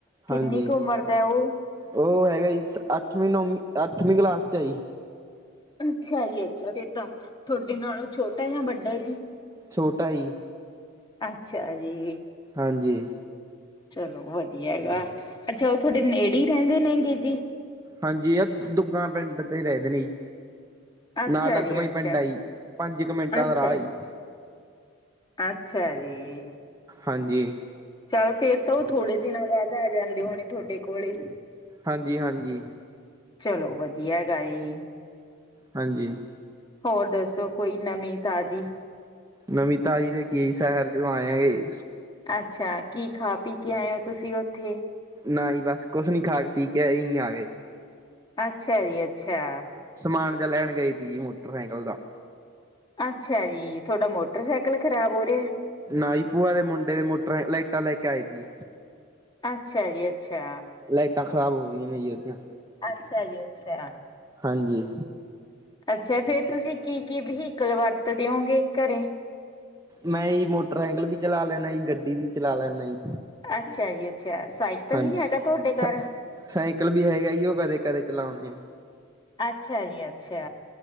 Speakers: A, on the left (about 20°); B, on the right (about 15°).
A: ਕਿੰਨੀ
B: ਹਾਂਜੀ,
A: ਕੁ ਉਮਰ ਦਾ ਉਹ
B: ਉਹ ਹੈਗਾ ਜੀ ਅੱਠਵੀਂ, ਨੌਵੀਂ, ਅੱਠਵੀਂ ਕਲਾਸ ਚ ਆ ਜੀ।
A: ਅੱਛਾ ਜੀ ਅੱਛਾ, ਫੇਰ ਤਾਂ ਥੋਡੇ ਨਾਲੋਂ ਛੋਟਾ ਯਾ ਵੱਡਾ ਏ ਜੀ?
B: ਛੋਟਾ ਈ।
A: ਅੱਛਾ ਜੀ।
B: ਹਾਂਜੀ।
A: ਚਲੋ ਵਧੀਆ ਹੈਗਾ, ਅੱਛਾ ਉਹ ਥੋਆਡੇ ਨੇੜੇ ਈ ਰਹਿੰਦੇ ਨੇਗੇ ਜੀ?
B: ਹਾਂਜੀ ਅ ਦੁੱਗਾ ਪਿੰਡ। ਤੇ ਗਏ ਦੇ ਈ,
A: ਅੱਛਾ
B: ਨਾਲ ਲਗਵਾ
A: ਜੀ
B: ਈ
A: ਅੱਛਾ
B: ਪਿੰਡ ਏ ਜੀ, ਪੰਜ ਕ ਮਿੰਟਾਂ
A: ਅੱਛਾ
B: ਦਾ ਰਾਹ ਈ।
A: ਜੀ ਅੱਛਾ ਜੀ।
B: ਹਾਂਜੀ।
A: ਚੱਲ ਫੇਰ ਤਾਂ ਉਹ ਥੋੜੇ ਦਿਨਾਂ ਬਾਦ ਆ ਜਾਂਦੇ ਹੋਣੇ ਥੋਡੇ ਕੋਲ ਹੀ?
B: ਹਾਂਜੀ-ਹਾਂਜੀ।
A: ਚਲੋ ਵਧੀਆ ਹੈਗਾ ਏ।
B: ਹਾਂਜੀ।
A: ਹੋਰ ਦੱਸੋ ਕੋਈ ਨਵੀਂ ਤਾਜ਼ੀ?
B: ਨਵੀਂ ਤਾਜੀ ਦੇ ਕੀ, ਸੇਹਰ ਜੋ ਆਇਆ ਏ।
A: ਅੱਛਾ, ਕੀ ਖਾ ਪੀ ਕੇ ਆਏ ਹੋ ਤੁਸੀਂ ਉੱਥੇ?
B: ਨਾ ਹੀ ਬਸ, ਕੁਛ ਨੀ ਖਾ ਕੇ ਪੀ ਕੇ ਏਈ ਆ ਗਏ।
A: ਅੱਛਾ ਜੀ ਅੱਛਾ।
B: ਸਮਾਨ ਜਾਂ ਲੈਣ ਗਏ ਦੀ ਮੋਟਰਸਾਈਕਲ ਦਾ।
A: ਅੱਛਾ ਜੀ, ਥੋਡਾ ਮੋਟਰਸਾਈਕਲ ਖ਼ਰਾਬ ਹੋ ਰੇਹਾ ਏ?
B: ਨਾ ਹੀ, ਭੂਆ ਦੇ ਮੁੰਡੇ ਦੇ ਮੋਟਰਾਂ, ਲਾਈਟਾਂ ਲੈਕੇ ਆਏ ਤੀ।
A: ਅੱਛਾ ਜੀ ਅੱਛਾ।
B: ਲਾਈਟਾਂ ਖ਼ਰਾਬ ਹੋ ਰਹੀਆਂ ਨੇ ਜੀ ਉਹਦੀਆਂ।
A: ਅੱਛਾ ਜੀ ਅੱਛਾ।
B: ਹਾਂਜੀ।
A: ਅੱਛਾ, ਫੇਰ ਤੁਸੀਂ ਕੀ-ਕੀ ਵਹੀਕਲ ਵਰਤਦੇ ਹੋਂਗੇ ਘਰੇ?
B: ਮੈਂ ਜੀ ਮੋਟਰਸਾਈਕਲ ਵੀ ਚਲਾ ਲੈਣਾ ਜੀ, ਗੱਡੀ ਵੀ ਚਲਾ ਲੈਣਾ ਜੀ।
A: ਅੱਛਾ ਜੀ ਅੱਛਾ, ਸਾਈਕਲ
B: ਹਾਂਜੀ
A: ਨਹੀ ਹੈਗਾ
B: ਸ
A: ਤੁਹਾਡੇ ਘਰ?
B: ਸਾਈਕਲ ਵੀ ਹੈਗਾ ਜੀ, ਉਹ ਕਦੇ-ਕਦੇ ਚਲਾਉਣੇ।
A: ਅੱਛਾ ਜੀ ਅੱਛਾ।